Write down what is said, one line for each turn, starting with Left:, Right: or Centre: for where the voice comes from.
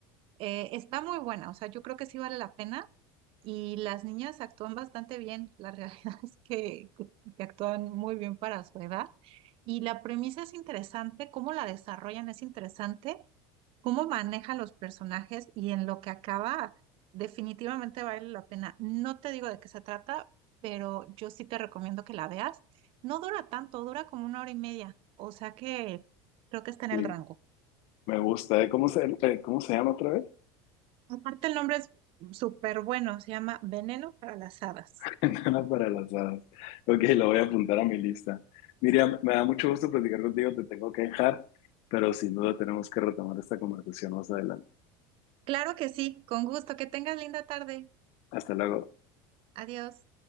Right: Eh, está muy buena, o sea, yo creo que sí vale la pena y las niñas actúan bastante bien, la realidad <laughs> es que, que que actúan muy bien para su edad. Y la premisa es interesante, cómo la desarrollan es interesante cómo maneja los personajes y en lo que acaba, definitivamente vale la pena. No te digo de qué se trata, pero yo sí te recomiendo que la veas. No dura tanto, dura como una hora y media, o sea que creo que está en
Left: Sí,
Right: el rango.
Left: me gusta. ¿eh? ¿Cómo se, eh, cómo se llama otra vez?
Right: Aparte el nombre es súper bueno, se llama Veneno para las Hadas.
Left: <laughs> Nada para las hadas. Ok, lo voy a apuntar a mi lista. Miriam, me da mucho gusto platicar contigo, te tengo que dejar, pero sin duda tenemos que retomar esta conversación más adelante.
Right: Claro que sí, con gusto, que tengas linda tarde.
Left: Hasta luego.
Right: Adiós.